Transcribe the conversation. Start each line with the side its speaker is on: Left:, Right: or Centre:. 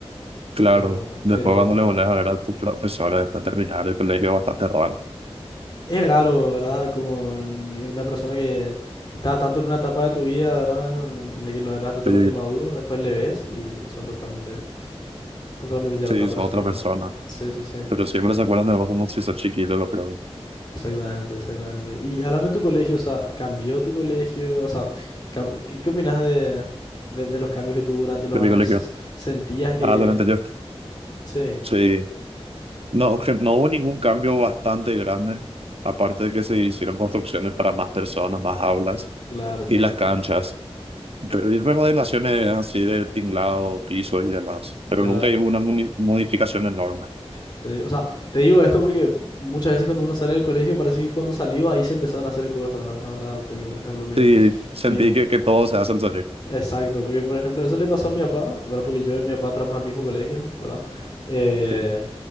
Right: claro.
Left: Pero,
Right: Después
Left: pero...
Right: cuando le volvés a ver a tus profesores después de terminar el colegio, es bastante raro.
Left: Es raro, ¿verdad? Como ni- una persona que está tanto en una etapa de tu vida, ¿verdad? En la que no eras totalmente
Right: Sí,
Left: maduro, después le ves y sos totalmente, totalmente ya
Right: sí,
Left: otra
Right: es
Left: persona.
Right: otra persona.
Left: Sí, sí, sí,
Right: Pero siempre se acuerdan de vos como si sos chiquito, lo creo.
Left: exactamente, exactamente. Y háblame de tu colegio, o sea, ¿cambió tu colegio? O sea, cam- ¿qué, qué opinas de, de, de los cambios que tuvo durante los
Right: De mi
Left: años?
Right: colegio.
Left: s- ¿Sentías que...?
Right: Ah, durante yo.
Left: Sí,
Right: Sí. No, que no hubo ningún cambio bastante grande, aparte de que se hicieron construcciones para más personas, más aulas
Left: claro,
Right: y
Left: claro,
Right: las
Left: claro.
Right: canchas. Re- y Remodelaciones así de tinglado, piso y demás, pero
Left: Claro.
Right: nunca hubo una muni- modificación enorme.
Left: Sí, o sea, te digo esto porque muchas veces cuando uno sale del colegio parece que cuando salió ahí se empezaron a hacer cosas, ¿verdad? Porque, por ejemplo, mi,
Right: Sí, sentí
Left: mi...
Right: que, que todo se hacen salir.
Left: Exacto, porque, por ejemplo, eso le pasó a mi papá, ¿verdad? Porque yo y mi papá entramos al mismo colegio, ¿verdad? Eh,
Right: Sí,